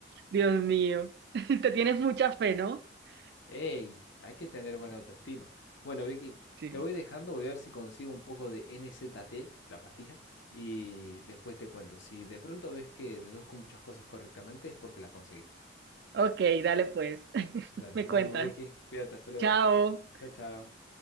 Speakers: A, on the right; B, on the left.
A: Dios mío, <laughs> te tienes mucha fe, ¿no? <laughs>
B: ¡Ey! Hay que tener buena autoestima. Bueno, Vicky,
A: Sí.
B: te voy dejando, voy a ver si consigo un poco de N-Z-T, la pastilla, y después te cuento. Si de pronto ves que deduzco muchas cosas correctamente es porque las conseguí.
A: Ok, dale pues, <laughs>
B: Dale,
A: me
B: nos
A: cuentas.
B: vemos, Vicky. Cuídate, hasta luego.
A: Chao.
B: Chao, chao.